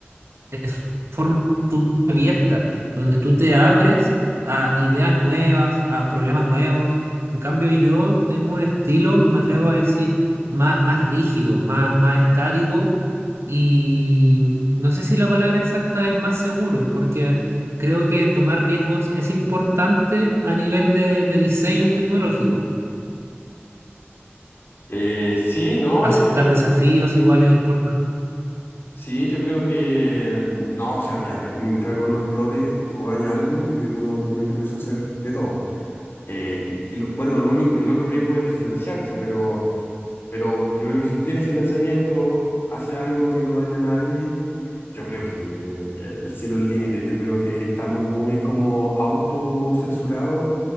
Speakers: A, on the right (about 75°); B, on the left (about 60°).
A: es forma tú- abierta, donde tú te abres a ideas nuevas, a problemas nuevos. En cambio, yo tengo un estilo, me atrevo a decir, má- más, rígido, más, más estático, y no sé si la palabra exacta es más seguro, porque creo que tomar riesgos es importante a nivel de, de diseños tecnológicos.
B: Eh, sí, no,
A: Aceptar
B: yo creo,
A: desafíos igual es importante.
B: sí, yo creo que, mm, no, o sea, mira, mi- mientras algo no explote o daña a alguien, yo creo que uno tiene permiso de hacer de todo. Eh, y, y lo- bueno, el, único, el otro riesgo es desfinanciarse, pero, pero yo creo que si tú tienes financiamiento, haces algo que no daña a nadie, yo creo que el, el cielo es el límite. Yo creo que estamos muy como autocensurados